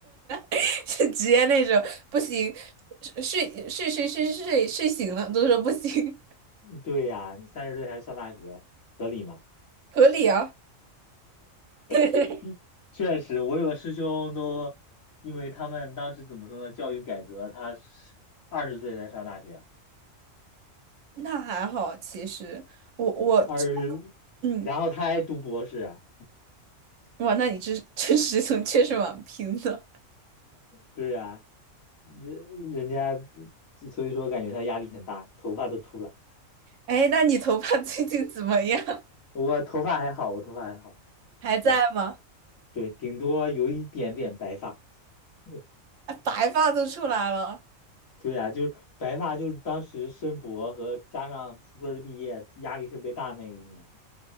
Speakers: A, on the right (about 70°); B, on the left (about 85°).
A: <laughs> 就直接那种不行，睡睡睡睡睡睡醒了都说不行，
B: 对呀，你三十岁还上大学，合理吗？
A: <laughs> 合理啊。<laughs>
B: <laughs> 确实，我有个师兄都，因为他们当时怎么说呢，教育改革，他是二十岁才上大学，
A: 那还好，其实我我
B: 二十，
A: 嗯，
B: 然后他还读博士啊，
A: 哇，那你这这实从确实蛮拼的。
B: 对呀、人人家所以说感觉他压力很大，头发都秃了。
A: 哎，那你头发 <laughs> 最近怎么样？
B: 我头发还好，我头发还好，
A: <laughs> 还在吗？
B: 对对，顶多有一点点白发。<laughs>
A: 哎，白发都出来了。
B: 对呀、就是白发，就是当时申博和加上硕士毕业压力特别大那一年。